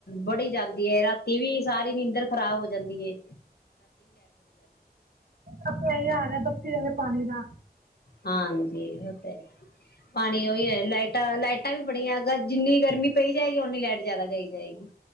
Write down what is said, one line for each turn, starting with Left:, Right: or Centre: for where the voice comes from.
Left: ਬੜੀ ਜਆਦਾ ਤੇ ਰਾਤੀ ਵੀ ਸਾਰੀ ਨੀੰਦਰ ਖ਼ਰਾਬ ਹੋ ਜਾਂਦੀ ਏ।
Right: ਆਪਣੇ ਯਾਰ ਹੈ ਬਪੀ ਦਾ ਪਾਣੀ ਦਾ
Left: ਹਾਂਜੀ, ਉਹ ਤੇ ਪਾਣੀ ਉਹੀ ਹੈ ਲਾਈਟਾਂ- ਲਾਈਟਾਂ ਵੀ ਬੜੀਆਂ ਜਿੰਨੀ ਗਰਮੀ ਪਈ ਜਾਏਗੀ, ਓਨੀ ਲਾਈਟ ਜ਼ਿਆਦਾ ਗਈ ਜਾਏਗੀ